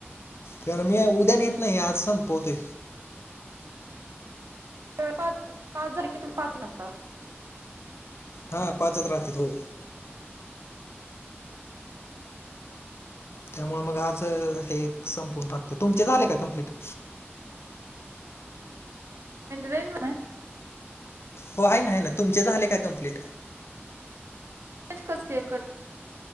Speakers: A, on the left; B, on the right.
A: कारण मी उद्या येत नाही आज सण पहतोय.
B: साडेपाच पाच झाले की तुमही पाच लावतात.
A: हा पाचच रात्रीत हो. त्यामुळे मग आज <unintelligible> हे संपून टाकत तुमचे झाले का कमप्लीट.
B: एंटरटेनमं <unintelligible>
A: हो आहे ना आहे ना तुमचे झाले का कम्प्लीट.
B: पज कस केकट